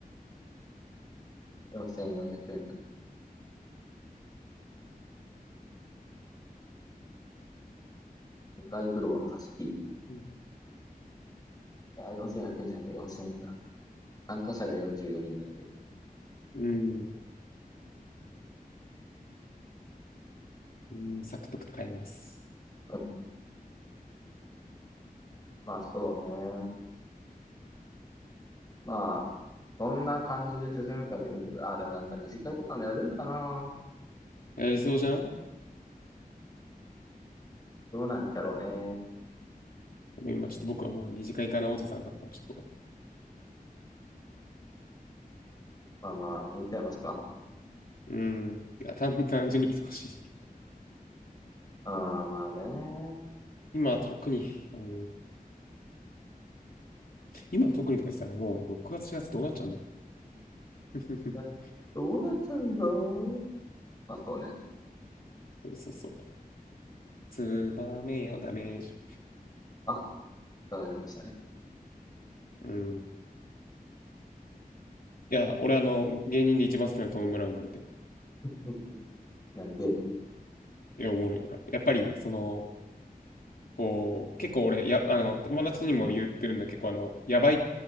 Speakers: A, on the left (about 25°); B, on the left (about 70°).
A: 4400円だ。2階フロア貸し切り。い
B: うん。
A: やー、4400円じゃないか、4000円か。参加者が44人だだけど。
B: うん。うんサクッと帰ります。
A: うんまあ、そうね。まあ、どんな感じで進むかによるけど、ああ、でもなんか二次会とかもやるんかな。
B: やりそうじゃん
A: どうなんちゃろうね。
B: でも今ちょっと僕はもう二次会かなおじさんだから、ちょっと、
A: まあまあ、いいんちゃいますか。
B: うん。てか単単純に忙しい。
A: ああ、まあね。
B: 今特に、うん、今特にとか言ってたらもう6月、4月どうなっちゃうんだ <laughs>
A: えどうなっちゃうんだろう。まあそうね。
B: そうそうそう。ツバメよ、ダメージ。
A: あ、伝わりましたね。
B: うん。いや、俺あの、芸人で一番好きなのはトム・ブラウンなんで、
A: うんなんで、
B: いや、おもろいから。やっぱり、その、こう、結構俺、や、あの、友達にも言ってるんだけど、結構あの、やばい、